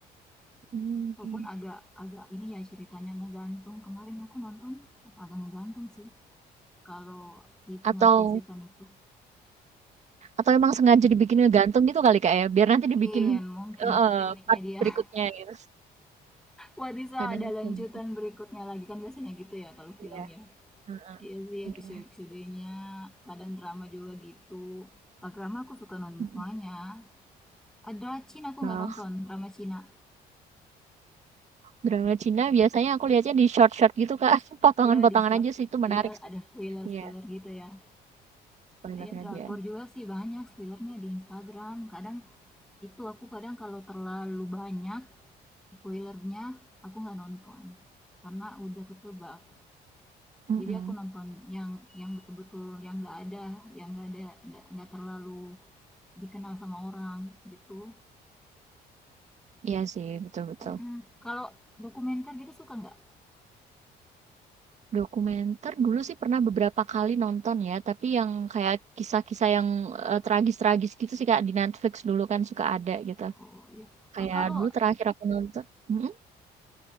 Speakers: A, on the right; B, in the centre.
A: Mhm,
B: Walaupun agak agak ini ya ceritanya ngegantung. Kemarin aku nonton agak ngegantung sih. Kalau si pengabdi
A: atau
B: setan itu
A: Atau emang sengaja dibikin ngegantung gitu kali Kak ya, biar
B: mungkin
A: nanti dibikin
B: mungkin
A: eh
B: itu
A: eh,
B: tekniknya
A: part
B: dia.
A: berikutnya
B: <laughs>
A: gitu.
B: Wah bisa
A: Kadang
B: ada lanjutan
A: kayak gitu
B: berikutnya lagi kan biasanya gitu ya kalau
A: sih
B: film
A: ya.
B: ya.
A: Heeh,
B: Iya sih
A: iya.
B: episode-episodenya, kadang drama juga gitu. Kalau drama aku suka nonton
A: Mhm.
B: semuanya. Ada Cina aku
A: Nah,
B: nggak nonton, drama Cina.
A: drama Cina biasanya aku lihatnya di short-short gitu Kak, <laughs> potongan-potongan
B: Iya di short,
A: aja sih, itu menarik
B: iya
A: sih.
B: ada spoiler-spoiler
A: Iya,
B: gitu ya.
A: spoiler-nya
B: Iya drakor
A: aja.
B: juga sih banyak spoilernya di Instagram. Kadang itu aku kadang kalau terlalu banyak spoilernya aku nggak nonton karena udah ketebak.
A: Mhm.
B: jadi aku nonton yang yang betul-betul yang nggak ada yang nggak ada nggak nggak terlalu dikenal sama orang gitu
A: Iya sih, betul betul.
B: Mm-mm. kalau dokumenter gitu suka nggak
A: Dokumenter dulu sih pernah beberapa kali nonton ya, tapi yang kayak kisah-kisah yang, eee, tragis-tragis gitu sih Kak, di Netflix dulu kan suka ada gitu.
B: oh iya
A: Kayak
B: Ah, kalau
A: dulu terakhir aku nonton mhm?